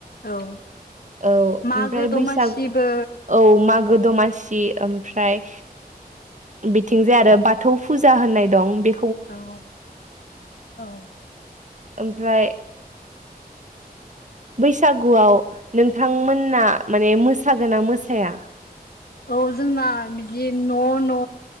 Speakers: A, on the left; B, on the right.
A: औ
B: औ ओमफ्राय
A: मागो
B: बैसागु
A: दमासिबो
B: औ मागो दमासि सि ओमफ्राय बिथिंजाय आरो बाथौ फुजा होननाय दं बे
A: आं औग औ।
B: ओमफ्राय। बैसागुआव नोंथांमोनना मानेमोसागोना मोसाया।
A: औ जोंना बिदि न' न'